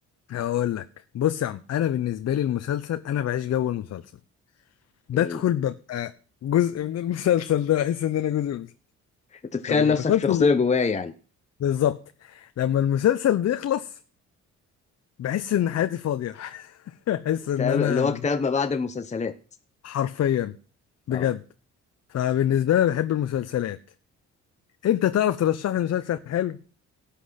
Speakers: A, on the left; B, on the left.
A: هقول لك بص يا عم انا بالنسبه لي المسلسل انا بعيش جو المسلسل بدخل
B: يعني
A: ببقى جزء من المسلسل ده احس ان انا جزء من المسلسل
B: انت تتخيل
A: لما
B: نفسك
A: المسلسل
B: في شخصيه جواه يعني
A: بالظبط لما المسلسل بيخلص بحس ان حياتي فاضية <laughs> احس
B: كتاب
A: ان انا
B: اللي هو كتاب ما بعد المسلسلات
A: حرفيا بجد
B: اه
A: فبالنسبة لي بحب المسلسلات انت تعرف ترشح لي مسلسل حلو